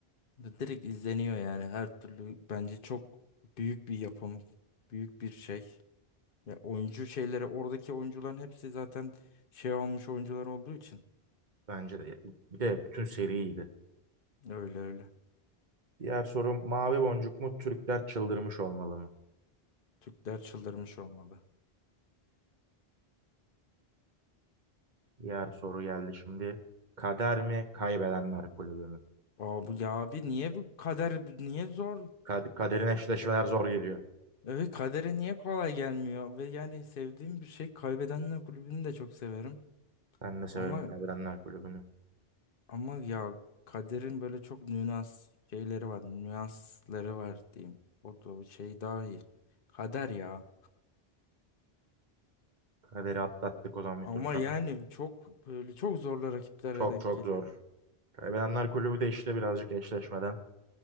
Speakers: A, on the left (about 55°); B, on the right (about 45°).
A: D- Direkt izleniyor yani her türlü bence çok büyük bir yapım, büyük bir şey. Ya oyuncu şeyleri oradaki oyuncuların hepsi zaten şey olmuş oyuncular olduğu için
B: Bence de. Bir de bütün seriydi.
A: öyle öyle.
B: Diğer sorum mavi boncuk mu Türkler çıldırmış olmalı mı?
A: Türkler çıldırmış olmalı.
B: Diğer soru geldi şimdi. Kader mi kaybedenler kulübü mü?
A: Aa bu ya abi niye bu kader niye zor?
B: Kad- kaderin eşleşmeler zor geliyor.
A: Evet kadere niye kolay gelmiyor ve yani sevdiğim bir şey Kaybedenler Kulübü'nü de çok severim
B: Ben de
A: ama
B: severim kaybedenler kulübünü.
A: ama ya kaderin böyle çok nüans şeyleri var nüansları var diyeyim o da şey daha iyi kader ya
B: Kaderi atlattık o zaman bir
A: ama
B: tur daha.
A: yani çok böyle çok zorlu rakiplerle
B: Çok
A: denk
B: çok
A: geliyor
B: zor. Kaybedenler kulübü de işte birazcık eşleşmeden.